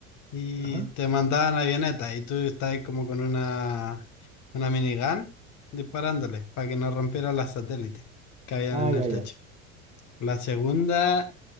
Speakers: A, on the left; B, on the right.
A: y
B: Ajá.
A: te mandaban avionetas y tú estabas ahí como con una, una minigun disparándole para que no rompieran las satélites que habían
B: Ah,
A: en
B: ya,
A: el techo.
B: ya.
A: La segunda